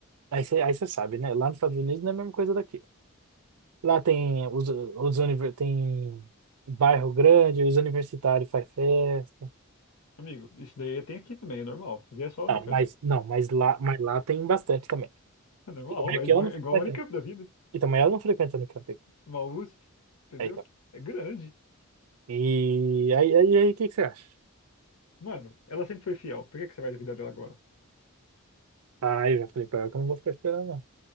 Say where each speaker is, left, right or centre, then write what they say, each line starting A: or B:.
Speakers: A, on the right; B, on the left.
A: Aí você aí você sabe, né? Lá nos Estados Unidos não é a mesma coisa daqui. Lá tem os, os univer- tem bairro grande, os universitários faz festa.
B: amigo, isso daí tem aqui também, é normal. Isso daí é só a
A: ah
B: Unicamp.
A: mas não, mas lá, mas lá tem bastante também.
B: É normal,
A: E como é
B: é
A: que
B: igual,
A: ela não
B: é
A: frequenta?
B: igual a Unicamp da vida.
A: E também ela não frequenta Unicamp.
B: Uma USP, entendeu?
A: Aí, tá.
B: É grande.
A: E aí, aí, aí, o que que você acha?
B: Mano, ela sempre foi fiel. Por que que você vai duvidar dela agora?
A: Ah, eu já falei pra ela que eu não vou ficar esperando, não.